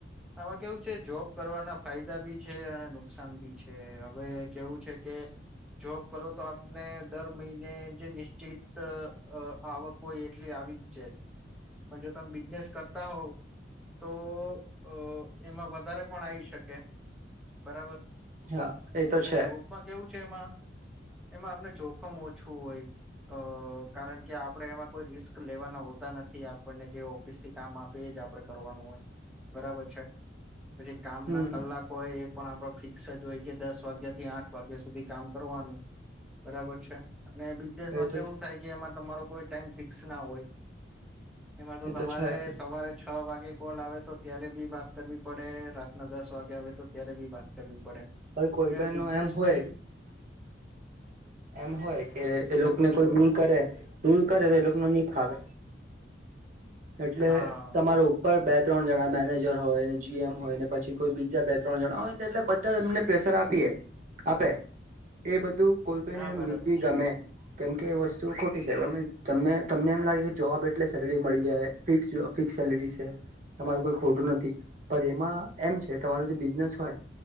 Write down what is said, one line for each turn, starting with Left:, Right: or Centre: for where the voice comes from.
Centre: આમાં કેવું છે જોબ કરવાના ફાયદા બી છે અને નુકસાન બી છે હવે કેવું છે કે જોબ કરો તો આપને દર મહિને જે નિશ્ચિત આવક અ હોય એટલી આવી જ જાય પણ જો તમે બિઝનેસ કરતા હોવ તો અ એમાં વધારે પણ આવીઈ શકે. બરાબર?
Right: હા એ તો
Centre: અને
Right: છે
Centre: જોબમાં કેવું છે એમાં એમાં આપણે જોખમ ઓછું હોય અ કારણ કે આપણેે એમાં કોઈ રિસ્ક લેવાનું હોતા નથી, આપણને જે ઓફિસ થી કામ આપે એ જ આપડે કરવાનું હોય. બરાબર છે? પછી કામ
Right: હમ
Centre: ના કલાક હોય એ પણ આપડ ફિક્સ જ હોય કે દસ વાગ્યા થી આઠ વાગ્યા સુધી કામ કરવાનું બરાબર છે અને બિઝનેસમાં
Right: એ તો
Centre: કેવું થાય કે એમાં તમારો કોઈ ટાઈમ ફિક્સ ના હોય એમાં તો
Right: એ
Centre: તમારે
Right: છે
Centre: સવારે છ વાગે કોલ આવે તો ત્યારે બી બાત કરવી પડે રાતના દસ વાગે આવે તો ત્યારે બી બાત કરવી પડે
Right: પણ કોઈ
Centre: મે
Right: કઈ
Centre: બિઝનેસમેન
Right: નું એમ હોય એમ હોય કે એ
Centre: શું
Right: લોકોને
Centre: કહ છો
Right: કોઈ રૂલ કરે રૂલ કરે તો એ લોકો ન ની ફાવે એટલે
Centre: હા
Right: તમારો ઉપર બેચ ત્રણ જણા મેનેજર હોય ને જીએમ હોય ને પછી કોઈ બીજા બે ત્રણ જણા હોય એટલે બધા એમને પ્રેશર આપીએ આપે એ બધું કોઈ કોઈને
Centre: હા
Right: એમ
Centre: બરાબર
Right: નીવી
Centre: છે
Right: ગમે કેમ કે એ વસ્તુ ખોટી છે ત તમને એમ લાગે કે જોબ એટલે સેલરી મળી જાય ફિક્સ ફિક્સ સેલરી છે તમારું કોઈ ખોટું નથી પણ એમાં એમ છે તમાર જે બિઝનેસ હોય